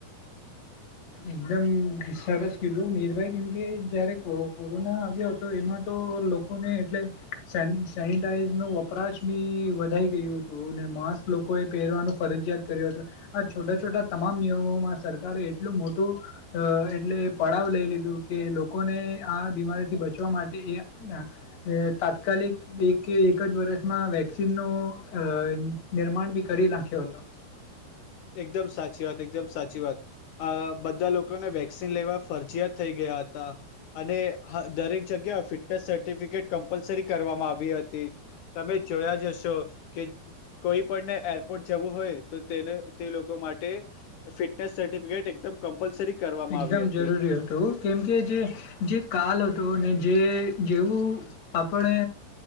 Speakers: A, on the left; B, on the left.
A: એકદમ સરસ કીધું મીરભાઈ કેમકે જયારે કોરોના આવ્યો હતો તો એમાં તો લોકોને એટલે સેન સેનિટાઈઝનો વપરાશ બી વધાઈ ગયું હતું. તોને માસ્ક લોકોએ પહેરવાનું ફરજિયાત કર્યું. હત આ છોટા છોટા તમામ નિયમોમાં સરકાર સરકારે એટલું મોટું અ એટલે પડાવ લઈ લીધું કે લોકોને આ બીમારીથી બચવા માટે તાત્કાલિક એક કે એક જ વર્ષમાં વેક્સિનનો અ નિર્માણ બી કરી નાખ્યો હતો.
B: એકદમ સાચી વાત એકદમ સાચી વાત બધા લોકોને વેક્સિન લેવા ફરજીયાત થઈ ગયા હતા. અને દરેક જગ્યા ફિટનેસ સર્ટિફિકેટ કમ્પલસરી કરવામાં આવી હતી. તમે જોયા જશો કે કોઈ પણને એરપોર્ટ જવું હોય તો તેને તે લોકો માટે ફિટનેસ સર્ટિફિકેટ એકદમ કમ્પલસરી કરવામાં
A: એકદમ
B: આવી હતી
A: જરૂરી હતું કેમકે જે જે કાલ હતો ને જે જેવું આપણે